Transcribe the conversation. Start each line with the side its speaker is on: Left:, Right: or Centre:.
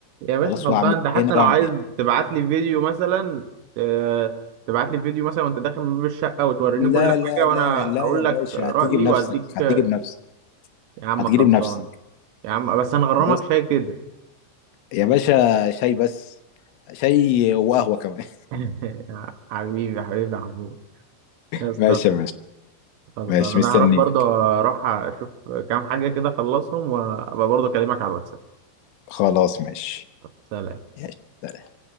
Right: يا باشا
Left: خلاص
Right: خلصان
Left: واعمل
Right: انت حتى
Left: هنا
Right: لو
Left: واعمل
Right: عايز
Left: هنا
Right: تبعت لي فيديو مثلا آه، تبعت لي فيديو مثلا وانت داخل من باب الشقة وتوريني
Left: لا
Right: كل
Left: لا
Right: حاجة وانا
Left: لا لا
Right: اقول
Left: يا باشا
Right: لك رأيي
Left: هتيجي بنفسك
Right: واديك
Left: هتيجي
Right: آه،
Left: بنفسك
Right: يا عم
Left: هتجيلي
Right: خلصان
Left: بنفسك
Right: يا عم بس انا غرامك
Left: خلاص
Right: شاي كده
Left: يا باشا شاي بس شاي وقهوه كمان
Right: <laughs> يا حبيبي حبيبي يا محمود
Left: <laughs>
Right: يا اسطى
Left: ماشي
Right: ماشي.
Left: يا باشا
Right: خلصان
Left: ماشي
Right: انا
Left: مستنيك
Right: هروح برضه اروح اشوف كام حاجه كده اخلصهم وابقى برضه اكلمك على الواتساب
Left: خلاص ماشي
Right: سلام
Left: ماشي